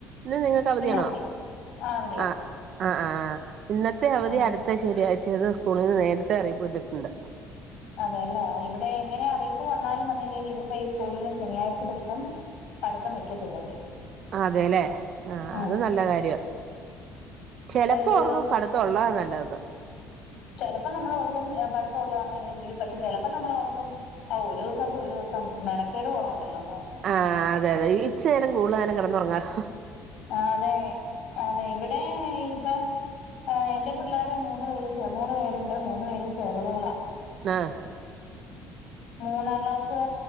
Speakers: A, on the right; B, on the left.
A: ഇന്ന് നിങ്ങൾക്ക് അവധിയണോ
B: ഇന്ന് അവധി ആഹ് അവധിയാ
A: ആ ആ ആ ഇന്നത്തെ അവധി
B: ഉം
A: അടു ത്തശരിയച്ചന്ന് സ്കൂളിൽ നിന്ന് നേരത്തെ അറിയിപ്പ് വിട്ടിട്ടുണ്ട്
B: അതെല്ലെ ഇവിടെ എങ്ങനെ അറിയി ഇപ്പ വന്നാലും വന്നില്ലേലും ഇവരുടെ ഈ സ്കൂളിന് ശനിയാഴ്ച ദിവസം പഠിത്തം വെക്കത്തില്ല അവര്
A: അതെല്ലേ ആ
B: ഉം
A: അത് നല്ല കാര്യ ചെലപ്പം
B: അതൊരു
A: ഓർക്കും പഠിത്തം ഒള്ളതാ നല്ലത്
B: ചെലപ്പം നമ്മളോർക്കും പഠിത്ത ഒള്ളതാനല്ലെയെങ്കില് പക്ഷെ ചെലപ്പം നമ്മളോർക്കും ആ ഒരു ദിവസംങ്കി ഒരു ദിവസം മെനക്കേട് കൊറവുണ്ടല്ലോ നോർക്കും
A: ആഹ് അതെ അതെ ഇച്ചേരം കൂടുതല നോരം കിടന്നുറങ്ങാലേ
B: ആന്നെ അതെ ഇവിടെ ഇപ്പ ആഹ് എന്റെ പിള്ളേര് മൂന്ന് പേരും മൂന്നു പേരുണ്ട് മൂന്നു പേരും ചെറുതകളാ
A: ആഹ്
B: മൂന്നാം ക്ലാസ്